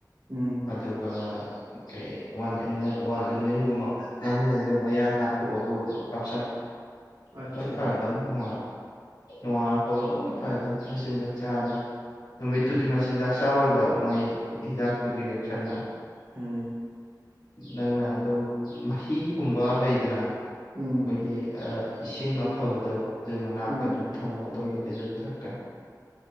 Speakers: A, on the right; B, on the left.
A: ꯎꯝ
B: ꯑꯗꯨꯒ ꯀꯩ ꯋꯥꯟ ꯋꯥꯟꯃꯦꯟꯒꯨꯝꯕ ꯉꯥꯅꯨ ꯑꯣꯏꯗ ꯃꯌꯥ ꯇꯥꯛꯊꯣꯛꯑꯣ ꯑꯗꯨꯒꯅ ꯀꯥꯞꯁꯟ
A: ꯑꯠꯆꯥ
B: ꯍꯣꯏ ꯐꯔꯦꯗ ꯅꯨꯡꯉꯥꯏꯔ ꯅꯨꯡꯉꯥꯔꯛꯄꯒ ꯂꯣꯏ ꯐꯗꯅ ꯃꯆꯤꯟ ꯆꯥꯛ ꯆꯥꯗꯅ ꯃꯤꯠꯇꯨ
A: ꯎꯝ
B: ꯗꯤ ꯃꯁꯤꯟꯖꯥꯛ ꯆꯥꯔꫭꯏꯕ ꯃꯣꯏ ꯍꯤꯗꯥꯥꯛ ꯒꯤꯔꯤꯁꯟ
A: ꯑꯝ
B: ꯅꯪꯅ ꯑꯗꯨꯝ ꯃꯍꯤꯒꯨꯝꯕ ꯂꯩꯗꯅ ꯑꯩꯈꯣꯏꯒꯤ
A: ꯎꯝ
B: ꯑ ꯏꯁꯤꯡ ꯑꯐꯕꯗꯣ ꯑꯗꯨ ꯃꯅꯥꯛꯇ
A: ꯎꯝ
B: ꯑꯗꯨꯝ ꯊꯝꯃꯣ ꯑꯗꯨꯝꯕ ꯑꯗꯨ ꯑꯗꯨꯝ ꯊꯀꯅꯤ